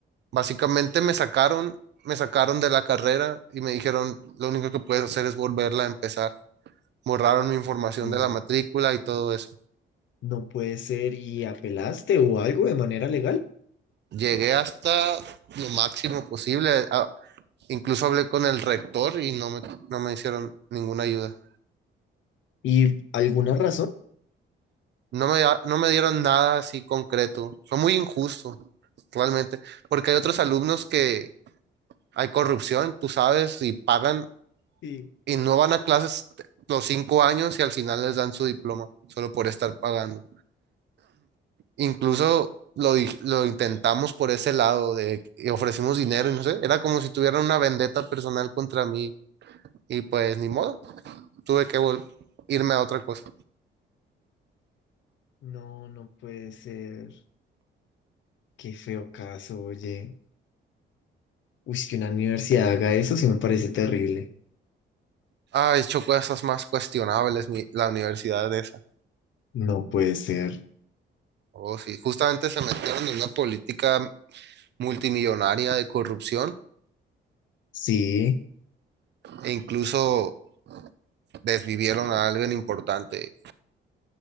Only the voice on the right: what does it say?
Básicamente me sacaron, me sacaron de la carrera y me dijeron lo único que puedes hacer es volverla a empezar. Borraron mi información
de la matrícula y todo eso.
Llegué hasta lo máximo posible. a- Incluso hablé con el rector y no me, no me hicieron ninguna ayuda.
No me, da- no me dieron nada así concreto. Fue muy injusto, realmente, porque hay otros alumnos que hay corrupción, tú sabes, y pagan
y no van a clases los cinco años y al final les dan su diploma solo por estar pagando. Incluso lo, di- lo intentamos por ese lado de y ofrecimos dinero y no sé, era como si tuvieran una vendetta personal contra mí y pues ni modo, tuve que vol- irme a otra cosa.
Ay, chocó esas más cuestionables, mi- la universidad de esa.
Oh, sí, justamente se metieron en una política multimillonaria de corrupción
e incluso desvivieron a alguien importante.